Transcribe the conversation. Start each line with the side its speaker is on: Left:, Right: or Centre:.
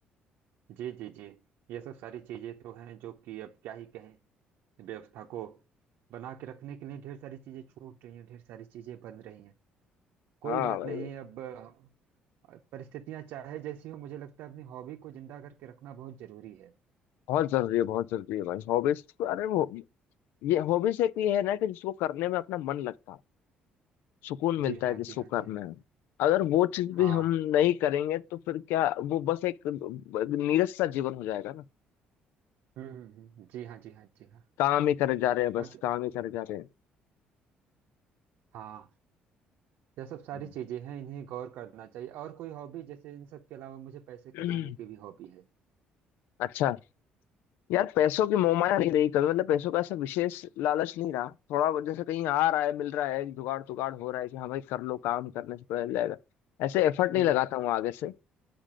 Right: जी जी जी ये सब सारी चीजें तो हैं जो कि अब क्या ही कहें व्यवस्था को बना के रखने के लिए ढेर सारी चीजें छूट रही हैं ढेर सारी चीजें बन रही हैं कोई
Left: हाँ
Right: बात
Left: भाई
Right: नहीं अब और परिस्थितियां चाहे जैसी हो मुझे लगता है अपनी हॉबी को जिंदा करके रखना बहुत जरूरी है
Left: बहुत जरूरी है बहुत जरूरी है भाई हॉबीज अरे वो ये हॉबीज एक ये है ना कि जिसको करने में अपना मन लगता है सुकून मिलता
Right: जी हाँ
Left: है जिसको
Right: जी हाँ
Left: करने
Right: जी हाँ
Left: में अगर वो चीज भी
Right: हाँ
Left: हम नहीं करेंगे तो फिर क्या वो बस एक नीरस सा जीवन हो जाएगा ना
Right: हम्म हम्म, हम्म, जी हाँ जी हाँ जी हाँ
Left: काम ही करे जा रहे हैं बस
Right: अग-
Left: काम ही करे जा रहे
Right: हाँ यह सब सारी
Left: हैं
Right: चीजें हैं इन्हें गौर करना चाहिए और कोई हॉबी जैसे इन सब के अलावा मुझे पैसे कमाने
Left: <clears throat>
Right: की भी हॉबी है
Left: अच्छा यार पैसों की मोहमाया नहीं रही कभी मतलब पैसों का ऐसा विशेष लालच नहीं रहा थोड़ा बहुत जैसे कहीं आ रहा है मिल रहा है जुगाड़ तुगाड़ हो रहा है कि हाँ भाई कर लो काम करने से पहले जाएगा ऐसे एफर्ट
Right: हम्म
Left: नहीं लगाता हूँ आगे से